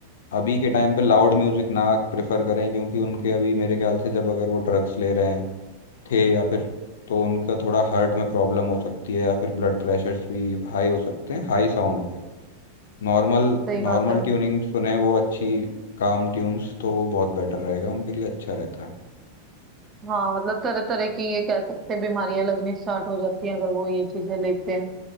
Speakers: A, on the left; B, on the right.
A: अभी के टाइम पे लाउड म्यूजिक ना प्रेफर करें क्योंकि उनके अभी मेरे ख्याल से जब अगर वो ड्रग्स ले रहे हैं थे या फिर तो उनका थोड़ा हार्ट में प्रॉब्लम हो सकती है या फिर ब्लड प्रेशर्स भी हाई हो सकते हैं हाई साउंड पे नॉर्मल
B: सही बात
A: नॉर्मल
B: है
A: ट्यूनिंग सुने वो अच्छी काम ट्यून्स तो वो बहुत बेटर रहेगा उनके लिए अच्छा रहता है
B: हाँ मतलब तरह तरह की ये कह सकते हैं बीमारियां लगनी स्टार्ट हो जाती हैं अगर वो ये चीजें लेते हैं